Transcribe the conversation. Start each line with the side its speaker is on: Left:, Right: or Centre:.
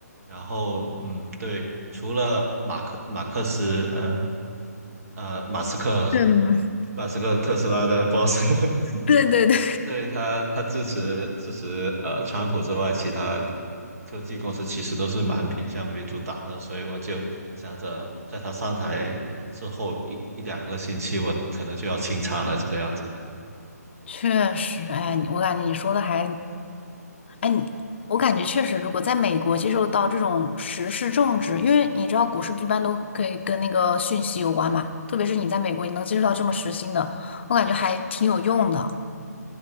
Right: 然后嗯对，除了马克马克思呃呃，马斯克，
Left: 嗯，
Right: 马斯克特斯拉的 boss，<laughs>
Left: <laughs> 对对
Right: 对他，他支持支持呃川普之外，其他科技公司其实都是蛮偏向民主党的，所以我就想着在他上台之后一一两个星期，我可能就要清仓了这个样子。
Left: 确实，哎，你我感觉你说的还，哎，你我感觉确实，如果在美国接受到这种时事政治，因为你知道股市一般都可以跟那个讯息有关嘛，特别是你在美国，你能接触到这么时兴的，我感觉还挺有用的。